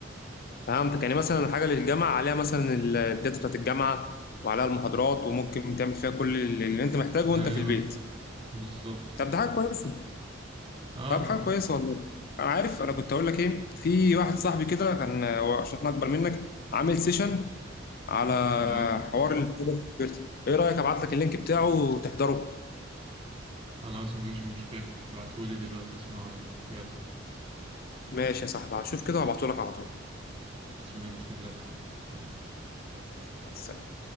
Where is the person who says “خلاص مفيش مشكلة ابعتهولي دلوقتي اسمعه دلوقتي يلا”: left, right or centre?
Right